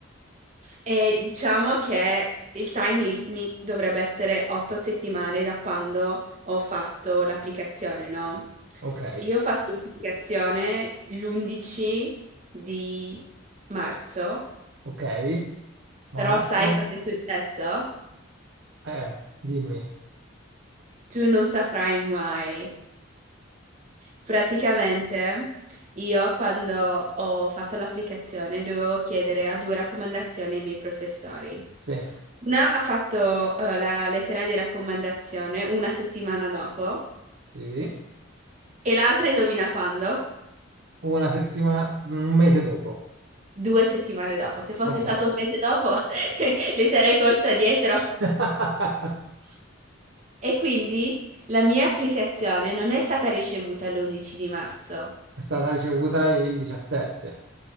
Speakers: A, on the right; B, on the right.
A: E diciamo che il time limit dovrebbe essere otto settimane da quando ho fatto l'applicazione, no?
B: Ok.
A: Io ho fatto l'applicazione l'11 di marzo,
B: Ok, marzo,
A: però sai cosa è successo?
B: eh, dimmi,
A: Tu non saprai mai. Praticamente io quando ho fatto l'applicazione dovevo chiedere a due raccomandazioni ai miei professori.
B: sì,
A: Una ha fatto eh, la lettera di raccomandazione una settimana dopo
B: sì,
A: e l'altra indovina quando?
B: una settimana, un mese dopo,
A: Due settimane dopo. Se fosse
B: ok.
A: stato un mese dopo, <laughs> le sarei corsa dietro.
B: <laughs>
A: E quindi la mia applicazione non è stata ricevuta l'11 di marzo.
B: È stata ricevuta il 17.